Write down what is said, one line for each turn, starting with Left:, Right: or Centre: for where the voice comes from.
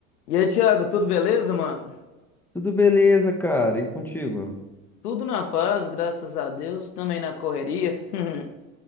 Left: E aí, Thiago, tudo beleza, mano?
Centre: Tudo beleza, cara? E contigo?
Left: Tudo na paz, graças a Deus, também na correria. <laughs>